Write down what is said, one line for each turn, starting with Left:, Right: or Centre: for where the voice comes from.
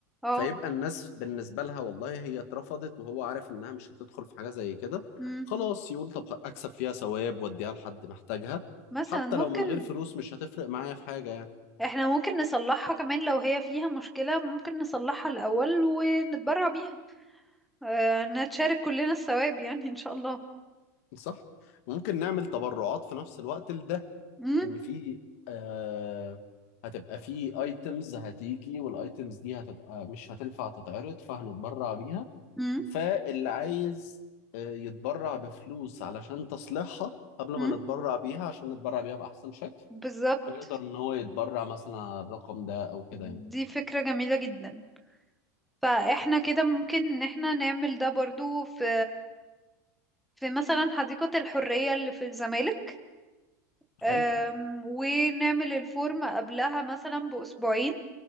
Centre: اه
Left: فيبقى الناس بالنسبة لها والله هي اترفضت وهو عارف انها مش هتدخل في حاجة زي كده
Centre: امم
Left: خلاص يقول طب اكسب فيها ثواب واديها لحد محتاجها
Centre: مثلا
Left: حتى
Centre: ممكن
Left: لو من غير فلوس مش هتفرق معايا في حاجة يعني
Centre: احنا ممكن نصلحها كمان لو هي فيها مشكلة ممكن نصلحها الأول ونتبرع بيها آه نتشارك كلنا الثواب يعني ان شاء الله
Left: صح؟ ممكن نعمل تبرعات في نفس الوقت لده،
Centre: امم
Left: ان في آه هتبقى في ايتمز هتيجي والايتمز دي هتبقى مش هتنفع تتعرض فهنتبرع بيها
Centre: امم
Left: فاللي عايز آه، يتبرع بفلوس علشان تصليحها قبل ما
Centre: امم
Left: نتبرع بيها عشان نتبرع بيها بأحسن شكل
Centre: بالظبط
Left: فيقدر ان هو يتبرع مثلا على الرقم ده او كده
Centre: دي
Left: يعني
Centre: فكرة جميلة جدا فاحنا كده ممكن ان احنا نعمل ده برضو في في مثلا حديقة الحرية اللي في الزمالك آم،
Left: حلو
Centre: ونعمل الفورم قبلها مثلا بأسبوعين